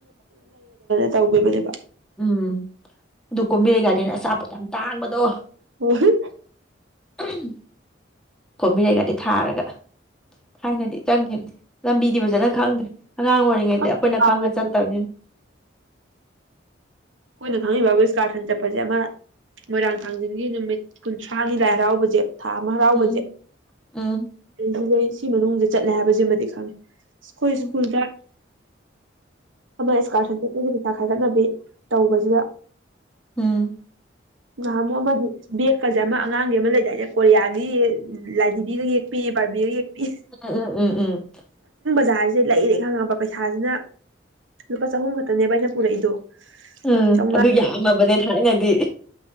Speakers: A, on the right (about 85°); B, in the centre.
A: ꯇꯧꯕꯤꯕꯅꯦꯕ
B: ꯎꯝ ꯑꯗꯨ ꯀꯣꯝꯕꯤꯔꯩ ꯒꯥꯔꯗꯅꯦ ꯑꯆꯥꯄꯣꯠꯠꯇ ꯌꯥꯝ ꯇꯥꯡꯕꯗꯣ
A: ꯑꯣꯍꯤ
B: ꯑꯍꯝ ꯀꯣꯝꯕꯤꯔꯩꯒꯗꯤ ꯊꯥꯔꯒ ꯊꯥꯏꯅꯗꯤ ꯆꯪꯈꯤꯅꯤ ꯂꯝꯕꯤꯗꯤ ꯐꯖꯅ ꯈꯪꯗ꯭ꯔꯦ ꯑꯉꯥꯡ ꯑꯣꯏꯔꯤꯉꯩꯗ
A: ꯈꯪꯗꯦ
B: ꯑꯩꯈꯣꯏꯅ
A: ꯀꯥꯎꯒ꯭ꯔꯦ
B: ꯈꯪꯉ ꯆꯠꯇꯕꯅꯤꯅ <inaudible>
A: ꯈꯣꯏꯅ ꯈꯉꯤꯕꯥꯕꯨ ꯏꯁꯀꯥꯔꯁꯟ ꯆꯠꯄꯁꯦ ꯑꯃ ꯃꯣꯏꯔꯥꯡ ꯊꯥꯡꯖꯤꯡꯒꯤ ꯅꯨꯃꯤꯠ ꯀꯨꯟꯊ꯭ꯔꯥꯅꯤ ꯂꯥꯏ ꯍꯔꯥꯎꯕꯁꯦ ꯊꯥ ꯑꯃ ꯍꯔꯥꯎꯕꯁꯦ
B: ꯎꯝ ꯎꯝ
A: ꯁꯤꯗꯩ ꯁꯤ ꯃꯅꯨꯡꯁꯦ ꯆꯠꯂꯦ ꯍꯥꯏꯕꯁꯤꯃꯗꯤ ꯈꯪꯉꯦ ꯑꯁꯣꯏ
B: ꯎꯝ
A: ꯁ꯭ꯀꯨꯜꯗ ꯑꯃ ꯏꯁꯀꯔ ꯁꯟ ꯆꯠꯄꯒꯤ ꯄꯩꯁꯥ ꯈꯥꯏꯒꯠꯅꯕꯤ ꯇꯧꯕꯁꯤꯗ
B: ꯎꯝ
A: ꯅꯍꯥꯟꯃꯨꯛ ꯑꯃꯗꯤ ꯕꯦꯛꯀꯁꯦ ꯑꯃ ꯑꯉꯥꯡꯒꯤ ꯑꯃ ꯂꯩꯗꯥꯏꯗ ꯀꯣꯔꯤꯌꯥꯒꯤ ꯎ ꯂꯥꯏꯙꯕꯤꯒ ꯌꯦꯛꯄꯤ ꯕꯥꯔꯕꯤꯒ ꯌꯦꯛꯄꯤ
B: ꯎꯝ ꯎꯝ ꯎꯝ
A: ꯖꯥꯔꯁꯦ ꯂꯩꯏꯔꯦ ꯈꯪꯉꯛꯄ ꯄꯩꯁꯥꯁꯤꯅ ꯂꯨꯄꯥ ꯆꯍꯨꯝ ꯈꯛꯇꯅꯦꯕ ꯑꯩꯅ ꯄꯨꯔꯛꯏꯗꯣ
B: ꯎꯝ
A: ꯆꯥꯝꯃꯉꯥ
B: ꯑꯗꯨ ꯌꯥꯝꯃꯕꯅꯦ ꯊꯥꯏꯅꯗꯤ